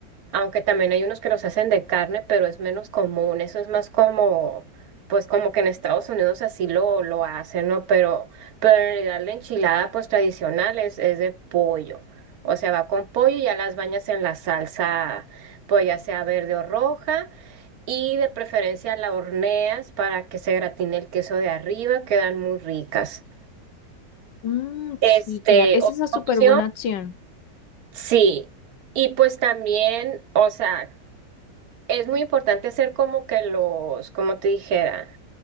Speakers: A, on the right; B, on the left.
A: aunque también hay unos que los hacen de carne, pero es menos común, eso es más como, pues como que en Estados Unidos así lo, lo hacen, ¿no? Pero, pero en realidad la enchilada pues tradicional es, es de pollo, o sea, va con pollo y ya las bañas en la salsa, pues ya sea verde o roja, y de preferencia la horneas para que se gratine el queso de arriba, quedan muy ricas.
B: Mm,
A: Este,
B: sí, claro, esa
A: otra
B: es una súper
A: opción
B: buena opción.
A: Sí, y pues también, o sea, es muy importante hacer como que los, como te dijera,